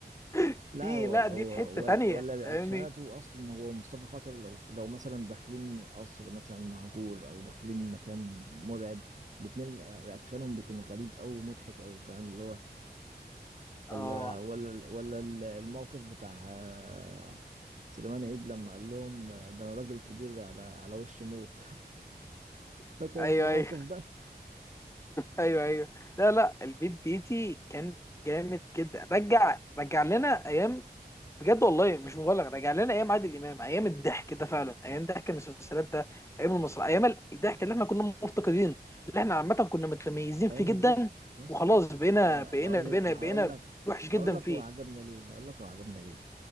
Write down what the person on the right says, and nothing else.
لا
هو
هو
هو-
ولا رياكشناته
أصلا هو مصطفى خاطر لو لو مثلا داخلين قصر مثلا مهجور أو داخلين مكان مرعب الاتنين رياكشنهم بيكون غريب أوي ومضحك أوي فاهم اللي هو
ولا ولا ولا الموقف بتاع آه، سليمان عيد لما قال لهم آه، ده أنا راجل كبير على على وش موت فاكر
انت الموقف
ده
ايام
الضحك يا اسطى
آه،
هقول
لك هقول
لك
هقول لك
هو عجبنا ليه هقول لك هو عجبنا ليه